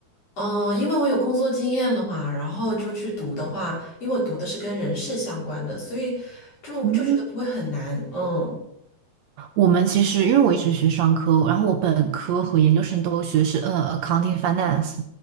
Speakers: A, on the left; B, on the right.
A: 嗯，因为我有工作经验了嘛，然后就去读的话，因为我读的是跟人事相关的，所以就就觉得不会很难。
B: 嗯，
A: 嗯
B: 我们其实因为我一直学商科，然后我本科和研究生都学是呃 accounting finance，